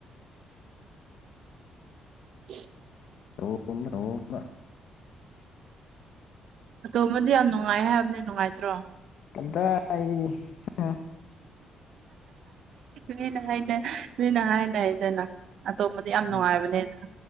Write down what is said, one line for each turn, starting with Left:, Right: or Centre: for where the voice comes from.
Right: <inaudible>
Left: ꯇꯝꯕ ꯇꯣꯝꯕ
Right: ꯑꯇꯣꯝꯕꯗꯤ ꯌꯥꯝ ꯅꯨꯡꯉꯥꯏ ꯍꯥꯏꯕꯅꯤ ꯅꯨꯡꯉꯥꯏꯇ꯭ꯔꯣ
Left: ꯑꯗꯨꯗꯥꯏꯔꯤ ꯎꯝ
Right: ꯃꯤꯅ ꯍꯥꯏꯅ ꯃꯤꯅ ꯍꯥꯏꯅꯗꯅ ꯑꯇꯣꯝꯕꯗꯤ ꯌꯥꯝ
Left: ꯎꯝ
Right: ꯅꯨꯡꯉꯥꯏꯕꯅꯦꯅ